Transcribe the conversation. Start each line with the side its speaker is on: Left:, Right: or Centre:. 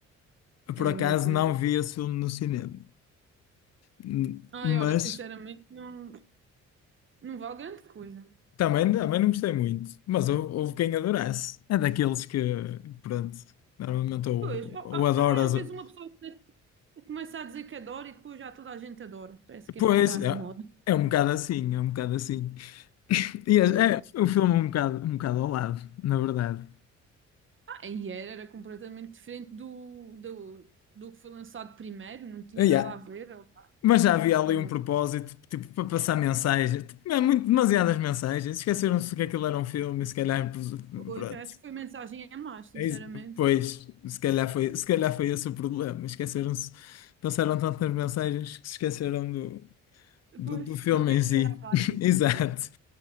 Left: Por
Right: é
Left: acaso
Right: uma coisa.
Left: não vi esse filme no cinema, Hum,
Right: Ai,
Left: mas
Right: olha, sinceramente, não, não vale grande coisa.
Left: também, também não gostei muito. Mas hou- houve quem adorasse. É daqueles que, pronto, normalmente ou,
Right: Pois, ó,
Left: ou
Right: ah,
Left: adoras.
Right: também às vezes
Left: ou-
Right: uma pessoa começa a dizer que adora e depois já toda a gente adora. Parece que
Left: Pois,
Right: é para entrar na
Left: é,
Right: moda.
Left: é um bocado assim, é um bocado assim. <laughs> E
Right: Pois
Left: é,
Right: é.
Left: é o filme é um bocado, um bocado ao lado, na verdade.
Right: Ah, e era, era completamente diferente do, do, do que foi lançado primeiro, não tinha
Left: Ah, yeah.
Right: nada a ver. ó, pá,
Left: Mas já havia ali
Right: Não.
Left: um propósito, tipo, para passar mensagens, tipo, é muito, demasiadas mensagens. Esqueceram-se que aquilo era um filme e se calhar,
Right: Pois,
Left: pronto.
Right: acho que foi mensagem a mais, sinceramente.
Left: É isso. Pois, se calhar foi, se calhar foi esse o problema. Esqueceram-se, pensaram tanto nas mensagens que se esqueceram do, do,
Right: Pois,
Left: do filme
Right: do que
Left: em
Right: é
Left: si.
Right: que era a Barbie?
Left: <laughs> Exato.
Right: Pois,